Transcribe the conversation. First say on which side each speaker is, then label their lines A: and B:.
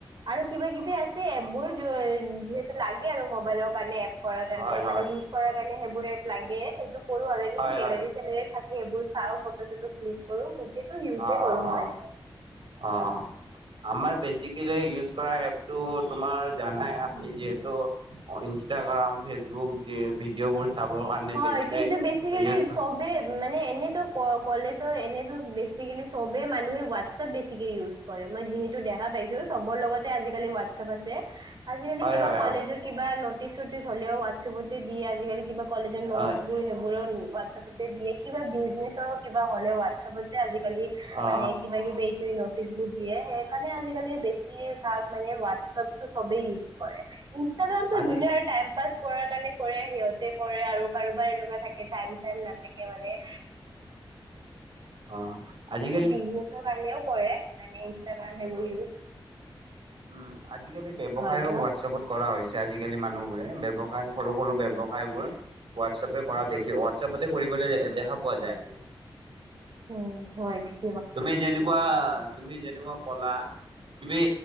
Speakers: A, on the right; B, on the right.
A: আৰু কিবা কিবি আছে এবোৰ- কি কয় যিহেতু লাগে আৰু মোবাইলৰ কাৰণে এপ কৰাৰ কাৰণে
B: হয় হয়
A: মানে ইউজ। কৰা কাৰণে সেইবোৰে এফ লাগে সেইটো কৰো আৰু এনে
B: হয়
A: গেলেৰী।
B: হয়
A: গেলাৰী থাকে সেইবোৰ চাও ফটো চটো ক্লিক কৰো। গোটেইটো ইউজে
B: অঁ
A: কৰো
B: অঁ
A: মই
B: অঁ অঁ অঁ। আমাৰ বেচিকেলি ইউজ কৰা এপটো তোমাৰ জানাই আমি যিহেতু- অঁ ইনষ্টাগ্ৰাম ফেচবুক যি ভিডিঅ' বোৰ। চাবৰ কাৰণে।
A: হয়ঁ
B: বেছিকৈ
A: কিন্তু বেচিকালি
B: ইউজ
A: চবে। মানে এনেতো ক'লেতো এনেতো বেচিকেলি সবে মানুহে হোৱাটছপ বেছিকে ইউজ। কৰে মই যিহেতু দেখা পাইছো চবৰ লগতে আজিকালি হোৱাটছপ আছে। আজিকালি
B: হয়
A: কিবা
B: হয়
A: কলেজৰ
B: হয়
A: কিবা ন'টিচ চটিচ হ'লেও ওৱাতছপতে দিয়ে আজিকালি কিবা- কলেজৰ
B: হয়
A: নোটছ বোৰ সেইবোৰৰ ওৱা- হোৱাটছআপতে দিয়ে কিবা বিজনেছৰ কিবা হ'লে হোৱাটছএপতে আজিকালি-
B: অ
A: মানে কিবা কিবি এইটো নোট- দিয়ে সকাৰণে আজালি বেছিভাগ মানে হোৱাটপটো চবে ইজ কৰে। ইনষ্টাগামটো
B: আজি
A: যোনে টাইম পাছ কৰাৰ কাৰণে কৰে সিহঁতে। কৰে আৰু কাৰোবাৰ এনেকুৱা থাকে টাইম চাইম নাথাকে মানে।
B: অঁ আজি।
A: বিজনেছৰ কাৰণেও কৰে মানে ইনষ্টাগ্ৰাম সেইবোৰ ইউজ।
B: উমঁ আজিকালি ব্যয়ৱসায়
A: হয় কোৱা
B: হোৱাটছএপত কৰা হৈছে আজিকালি মানুহবোৰে ব্যৱসায় সৰু সৰু ব ব্যয়ৱসায়। হয় বোৰ হোৱাটছএপে কৰা দেখি হোৱাটছআপতে কৰিবলৈ দেখা পোৱা যায়।
A: উমঁ হয় ঠিক।
B: তুমি যেনেকুৱা তুমি যেনেকুৱা ক'লা। তুমি